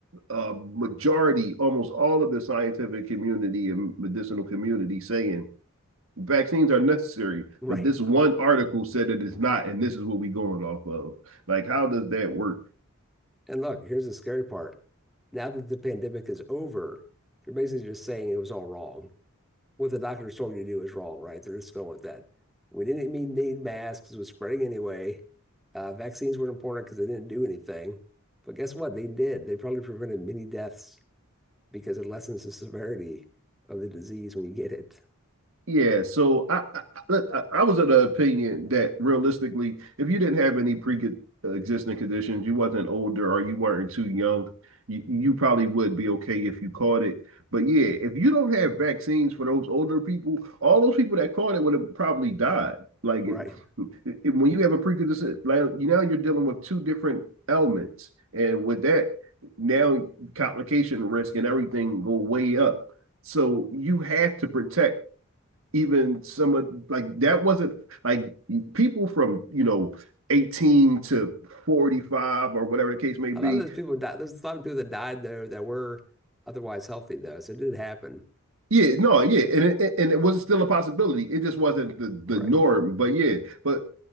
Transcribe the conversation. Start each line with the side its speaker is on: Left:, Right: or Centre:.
Right: uh, majority, almost all of the scientific community and medicinal community saying vaccines are necessary,
Centre: right?
Right: but this one article said that it's not, and this is what we're going off of. Like, how does that work?
Centre: And look, here's the scary part. Now that the pandemic is over, they're basically just saying it was all wrong what the doctors told you to do is wrong, right? They're just going with that. We didn't even need masks, it was spreading anyway. Uh, vaccines weren't important because they didn't do anything. But guess what? They did. They probably prevented many deaths because it lessens the severity of the disease when you get it. <laughs>
Right: Yeah, so I, I I I was of the opinion that realistically, if you didn't have any pre-existing conditions, you wasn't older or you weren't too young, you, you probably would be okay if you caught it. But yeah, if you don't have vaccines for those older people, all those people that caught it would have probably died. Like
Centre: Right.
Right: it, it- when you have a pre-existing, like you now you're dealing with two different ailments, and with that, now complication risk and everything go way up. So you have to protect even some of like that wasn't like people from you know 18 to 45 or whatever the case may be
Centre: A lot of those people died. There's a lot of people that died though that were otherwise healthy though. So it did happen.
Right: yeah no yeah and it, and it was still a possibility it just wasn't the the
Centre: Right.
Right: norm but yeah but